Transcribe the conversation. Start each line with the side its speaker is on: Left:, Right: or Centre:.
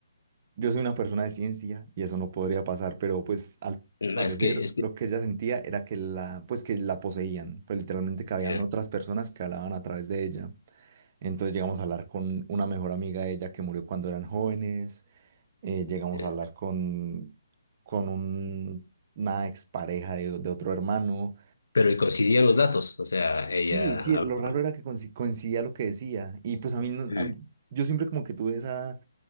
Right: yo soy una persona de ciencia y eso no podría pasar, pero pues al
Left: Es
Right: parecer
Left: que, es que,
Right: lo que ella sentía era que la, pues que la poseían, pues literalmente que habían
Left: ya,
Right: otras personas que hablaban a través de ella. Entonces llegamos a hablar con una mejor amiga de ella que murió cuando eran jóvenes, eh, llegamos
Left: ya.
Right: a hablar con, con un- una expareja de, de otro hermano.
Left: pero y coincidían los datos, o sea, ella
Right: Sí, sí,
Left: hablaba.
Right: lo raro era que coinci- coincidía lo que decía. Y pues a mí, no-
Left: Mm,
Right: a- mí- yo siempre como que tuve esa,